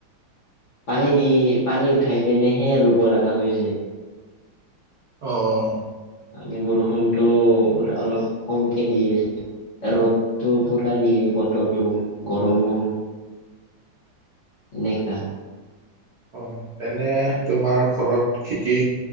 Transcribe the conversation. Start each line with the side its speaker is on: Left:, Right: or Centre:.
Left: পানী দি পানী উঠাই পিনেহে ৰুব লগা হয় যে।
Right: অঁ, অঁ।
Left: মানে বৰষুণতটো পোৰা অলপ কমকে দিয়ে। ৰ'দটো পুৰা দিয়ে বতৰটো গৰমো হয়। এনেকা।
Right: অঁ এনে তোমাৰ ঘৰত খেতি?